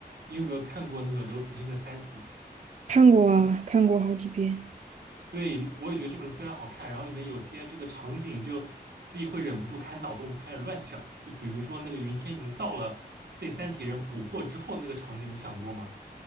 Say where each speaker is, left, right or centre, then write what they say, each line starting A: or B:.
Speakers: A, on the right (about 75°); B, on the right (about 45°).
A: 你有没有看过那个刘慈欣的《三体》？
B: 看过啊，看过好几遍。
A: 对，里我也觉得这本书非常好看。然后里面有些这个场景，就自己会忍不住开脑洞，开始乱想。就比如说那个云天明到了被三体人捕获之后那个场景，你想过吗？